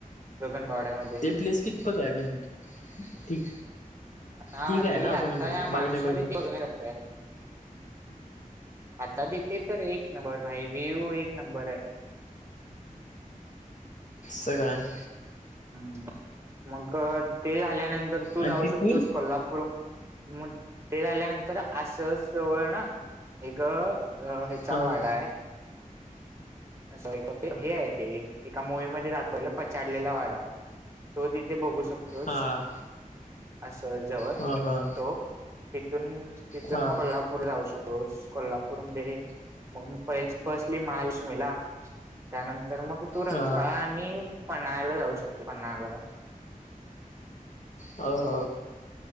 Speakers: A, on the right; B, on the left.
A: गगनबावड्यामध्ये
B: ते प्लेस कितपत हाय म्हणजे, ठीक.
A: हा
B: ठीक हाय
A: ते
B: ना असं
A: आता
B: म्हणजे,
A: या माणसामध्ये
B: बघणं-बिघणं.
A: ते बघण्या करताय त्यात तिथे तर एक नंबर भाई, व्हियु एक नंबर हाय.
B: सगळ हाय.
A: हम्म, मग ते झाल्यानंतर तू
B: आणि
A: जाऊ
B: तिथून
A: शकतोस कोल्हापूर मग ते झाल्यानंतर अस जवळ ना, एक अ, ह्याचा
B: हां,
A: वाडा हाय. असं एक हे आहे ते, एका मूवी मध्ये दाखवलेलं पछाडलेला वाडा. तो तिथे बघू शकतोस.
B: हां.
A: असं जवळ, तो
B: हां, हां.
A: तिथून, तिथून
B: हां,
A: मग कोल्हा लपूर जाऊ शकतोस, कोल्हापूर मध्ये मग पहिले फस्टली महालक्ष्मीला. त्यानंतर मग तू रंकाळ
B: हां.
A: आणि पन्हाळ्याला जाऊ शकतो पन्हाळ्याला.
B: अ, ह